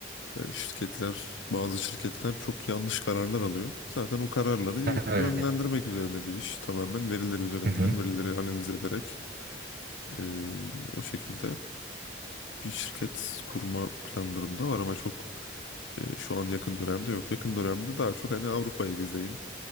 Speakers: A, on the left; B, on the right.
A: yani şirketler, bazı şirketler çok yanlış kararlar alıyor. Zaten o kararları y-
B: Evet.
A: yönlendirmek üzerine bir iş. Tamamen veriler üzerinden,
B: Hı hı.
A: verileri analiz ederek e, o şekilde bir şirket kurma planlarım da var ama çok e, şu an yakın dönemde yok. Yakın dönemde daha çok hani Avrupa'yı gezeyim